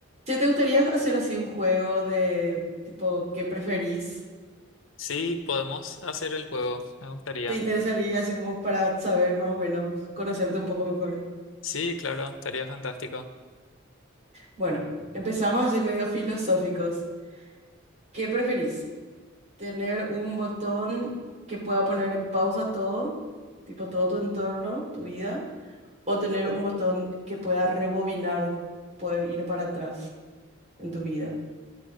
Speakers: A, on the right; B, on the left.
A: Si te gustaría hacer así un juego de tipo, ¿qué preferís?
B: Sí, podemos hacer el juego, me gustaría.
A: ¿Te interesaría así como para saber más o menos, conocerte un poco mejor?
B: Sí, claro, estaría fantástico.
A: Bueno, empezamos así medio filosóficos. ¿Qué preferís? ¿Tener un botón que pueda poner en pausa todo, tipo todo tu entorno, tu vida? ¿O tener un botón que pueda rebobinar, poder ir para atrás en tu vida?